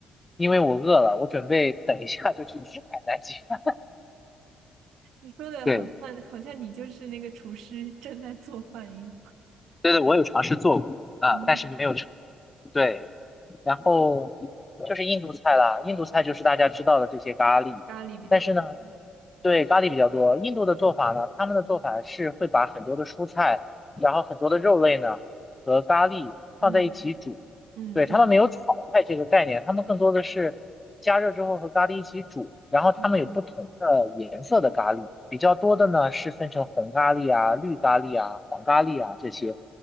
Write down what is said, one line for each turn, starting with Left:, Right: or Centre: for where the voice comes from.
Left: 因为我饿了，我准备等一下就去吃海南鸡饭。
Right: <laughs> 你说的好像好像你就是那个厨师正在做饭一样。
Left: 对，对对，我有尝试做过啊，
Right: 哦，
Left: 但是没有成对，然后就是印度菜啦，印度菜就是大家知道的这些咖喱，
Right: 咖喱比较多。
Left: 但是呢，对，咖喱比较多。印度的做法呢，他们的做法是会把很多的蔬菜，然后很多的肉类呢和咖喱放在一起煮，
Right: 嗯嗯嗯
Left: 对，他们没有炒菜这个概念，他们更多的是加热之后和咖喱一起煮，然后他们有不同的颜色的咖喱，
Right: 嗯
Left: 比较多的呢是分成红咖喱啊、绿咖喱啊、黄咖喱啊这些。